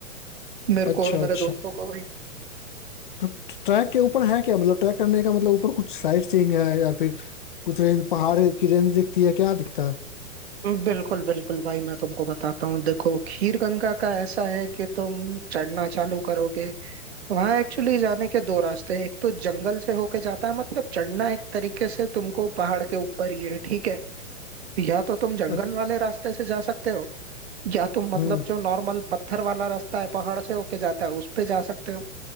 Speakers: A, on the right; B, on the left.
A: मेरे
B: अच्छा
A: को और मेरे
B: अच्छा
A: दोस्तों को भाई
B: तो ट्रैक के ऊपर है क्या मतलब ट्रैक करने का मतलब ऊपर कुछ साइट सीइंग है या फिर कुछ रेंज पहाड़ की रेंज दिखती है क्या दिखता है
A: बिल्कुल बिल्कुल भाई मैं तुमको बताता हूँ देखो खीर गंगा का ऐसा है कि तुम चढ़ना चालू करोगे वहां एक्चुअली जाने के दो रास्ते हैं एक तो जंगल से होके जाता है मतलब चढ़ना एक तरीके से तुमको पहाड़ के ऊपर ही है ठीक है या तो तुम जंगल
B: अच्छा,
A: वाले रास्ते से जा सकते हो या तुम मतलब
B: हम्म
A: जो नॉर्मल पत्थर वाला रास्ता है पहाड़ से होके जाता है उस पे जा सकते हो